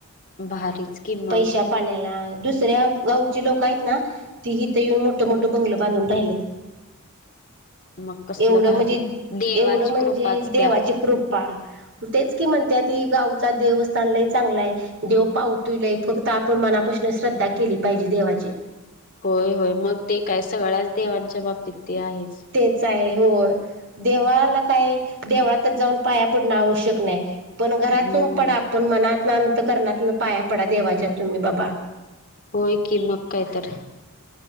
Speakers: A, on the left; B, on the right.
A: भारीच कि मग
B: पैशा पाण्याला दुसऱ दुसऱ्या गावची लोक आहेत ना, ती इथं येऊन मोठं मोठं बंगलं बांधून राहिलेत
A: मग कसलं
B: एवढं
A: भारी
B: म्हणजे
A: देवाची
B: एवढं म्हणजे
A: कृपाच
B: देवाची
A: त्या
B: कृपा तेच की म्हणते की गावचा देवस्थान लय चांगला आहे देव पावत लय फक्त आपण मनाप श्रद्धा केली पाहिजे देवाची
A: होय होय मग ते काय सगळ्याच देवांच्या बाबतीत ते आहेच.
B: तेच आहे हो देवाला काय देवळातच जाऊन पाया पडणं आवश्यक नाही. पण घरातून
A: हम्म
B: पडा पण मनात ना अंतकरनातून पाया पडा देवाच्या तुम्ही बाबा
A: होय कि मग काय तर.